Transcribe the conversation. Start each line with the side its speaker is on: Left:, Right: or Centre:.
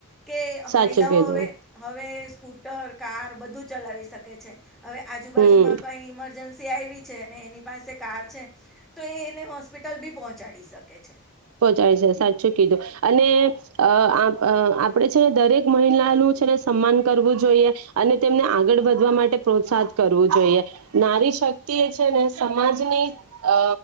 Centre: કે
Right: સાચું
Centre: મહિલાઓ
Right: કીધું
Centre: હવે હવે સ્કૂટર કાર બધું ચલાવી શકે છે. હવે આજુબાજુમાં
Right: હમ
Centre: કઈ ઈમરજન્સી તે આઈવી છે અને એની પાસે કાર છે. તો એ એને હોસ્પિટલ બી પહોંચાડી શકે છે.
Right: પહોંચાડ છે સાચું કીધું, અને આપણેે છેને દરેક મહિલાનું છેને સન્માન કરવું જોઈએ, અને તેમને આગળ વધવા માટે પ્રોત્સાહિત કરવું જોઈએ, નારી શક્તિ એ છે ને સમાજની અ